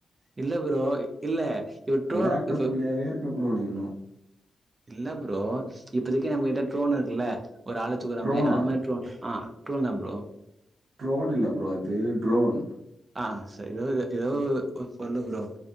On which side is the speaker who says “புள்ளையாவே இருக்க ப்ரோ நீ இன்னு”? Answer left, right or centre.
Right